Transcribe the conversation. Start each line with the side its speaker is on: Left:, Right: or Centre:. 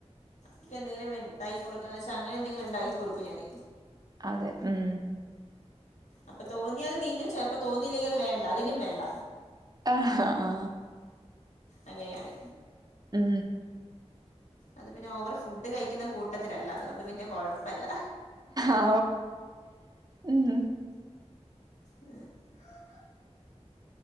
Left: െ എന്തെങ്കില ഉണ്ടായി കൊടുക്കാ എന്ന് വെച്ചാ അങ്ങനെ എന്തെങ്കിലും ഉണ്ടാക്കി കൊടുക്കുംഞാന്
Right: അതെ ഉം
Left: അപ്പൊ തോന്നി അത് തിന്നു ചിലപ്പോ തോന്നിയില്ലെങ്കിൽ അത് വേണ്ട അതിനും വേണ്ട
Right: ആഹ ആ
Left: അങ്ങനെയാണ്
Right: ഉം
Left: അത് പിന്നെ ഓവർ ഫുഡ് കഴിക്കുന്ന കൂട്ടത്തിലല്ല അതുകൊണ്ട് പിന്നെ കൊഴപ്പല്ല
Right: ആ ഉം
Left: <inaudible>